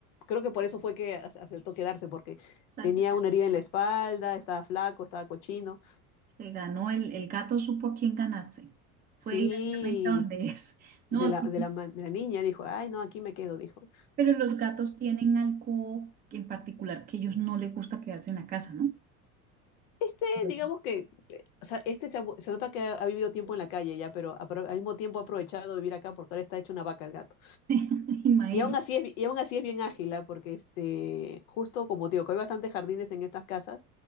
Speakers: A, on the left; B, on the right.
A: creo que por eso fue que ac- aceptó quedarse, porque
B: <laughs> O sea,
A: tenía
B: se,
A: una herida en la espalda, estaba flaco, estaba cochino.
B: se ganó el, el gato, supo a quién ganarse. Fue
A: Sí,
B: directamente a donde es. No,
A: de la,
B: sí,
A: de
B: sí,
A: la, ma- de la niña dijo, ay, no, aquí me quedo, dijo.
B: pero los gatos tienen algo que en particular que ellos no les gusta quedarse en la casa, ¿no?
A: Este,
B: Pues
A: digamos
B: sí.
A: que, eh, o sea, este se, ha vu- se nota que ha, ha vivido tiempo en la calle ya, pero apro- al mismo tiempo ha aprovechado de vivir acá porque ahora está hecho una vaca el gato.
B: <laughs> Imagino.
A: Y aún así es, bi- y aún así es bien ágil, ¿ah? Porque este, justo como te digo, que hay bastantes jardines en estas casas,